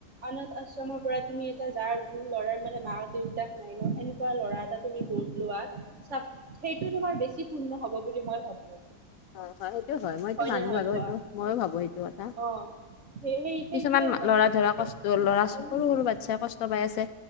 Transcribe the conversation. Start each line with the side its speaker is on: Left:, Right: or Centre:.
Right: অনাথ আশ্ৰমৰ পৰা তুমি এ যাৰ জ ল'ৰাৰ মানে মাক। দেউতাক নাই ন সেনেকুৱা ল'ৰা এটা তুমি গত লোৱা সেইটো তোমাৰ বেছি পূৰ্ণ হ'ব। বুলি মই ভাবো
Left: হয় হয় সেইটো হয় মইতো মানো
Right: নে নহয়
Left: আৰু
Right: কোৱা
Left: সেইটো ময়ো ভাবো সেইটো কথা
Right: অ সেই সেই
Left: কিছুমান
Right: সেইটোয়ে হয়
Left: লৰা
Right: মোৰ
Left: ধৰা
Right: মতে
Left: কষ্ট লৰা
Right: আৰু
Left: সৰু সৰু বাচ্ছাই কষ্ট পাই আছে